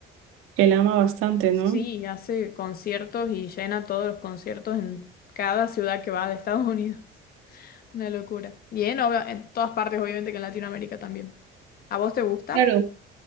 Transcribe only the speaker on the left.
Sí,
hace conciertos y llena todos los conciertos en cada ciudad que va de Estados Unidos. <laughs> Una locura. Y en, obvia- en todas partes, obviamente, que en Latinoamérica también. ¿A vos te gusta?